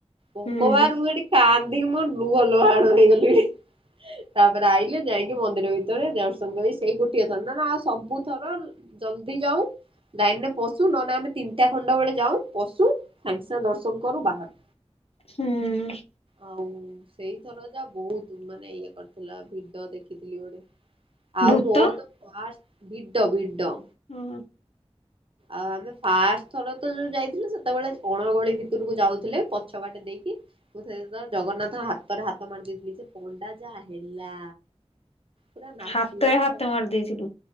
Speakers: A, on the right; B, on the left.
A: ଭଗବାନ୍
B: ହୁଁ
A: ମୁଁ ହେଟି କାନ୍ଦିକି ମୁ ଲୁହ ଲୋହାଣ ହେଇଗଲିଣୀ। ତାପରେ ଆଇଲେ ଯାଇକି ମନ୍ଦିର ଭିତରେ ଦର୍ଶନ କରି ସେଇ ଗୋଟିଏ ଥର ନନେ ଆଉ ସବୁ ଥର ଜଲଦି ଯାଉଁ ଦାଇନ୍ ରେ ପଶୁ ନନେ ଆମେ ତିନିଟା ଖଣ୍ଡ ବେଳେ ଯାଉ ପଶୁ ସାଙ୍ଗେ ସାଙ୍ଗ୍ ଦର୍ଶନ କରୁ ବାହାରୁ।
B: ହୁଁ।
A: ଆଉ ସେଇଥର ଯା ବହୁତ ମାନେ ଇଏ କରିଥିଲା ଭିଡ ଦେଖିଥିଲି ଗୋଟେ। ଆଉ
B: ଭୂତ
A: ମୋର ତ ଫାର୍ଷ୍ଟ ଭିଡ ଭିଡ।
B: ହୁଁ-ହୁଁ।
A: ଆଉ ଆମେ ଫାଷ୍ଟ ଥର ତ ଯୋଉ ଯାଇ ସେତେବେଳେ ଅଣଗଳି ଭିତରକୁ ଯାଉଥିଲେ ପଛ ବାଟେ ଦେଇକି। ମୁଁ ସେ ତ ଜଗନ୍ନାଥଙ୍କ ହାତରେ ହାତ ମାରି ଦେଇଥିଲି ଯେ ପଣ୍ଡା ଯାହା ହେଲା। ପୁରା ନାଚିଗଲା
B: ହାତରେ ହାତ
A: ଆଉ
B: ମାରି ଦେଇଥିଲୁ